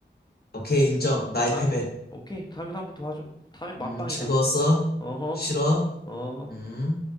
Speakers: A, on the left (about 55°); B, on the left (about 20°).
A: 오케이, 인정. 나의
B: 아,
A: 패배.
B: 오케이. 다음에 한번 더 하자고. 다음에 만빵이다.
A: 음, 즐거웠어?
B: 어허,
A: 싫어?
B: 어.
A: 음.